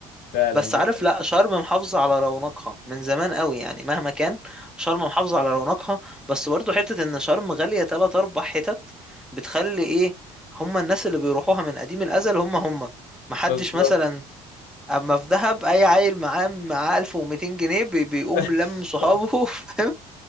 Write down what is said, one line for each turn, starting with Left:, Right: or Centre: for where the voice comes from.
Left: فعلا
Centre: بس
Left: دي
Centre: عارف
Left: حاجة.
Centre: لا شرم محافظة على رونقها من زمان قوي يعني مهما كان شرم محافظة على رونقها بس برضو حتة ان شرم غالية تلات اربع حتت بتخلي ايه هما الناس اللي بيروحوها من قديم الازل هما هما محدش
Left: بالظبط
Centre: مثلا اما في دهب اي عيل معاه معاه 1200 جنيه بي بيقوم
Left: <laughs>
Centre: لم صحابه <laughs> فاهم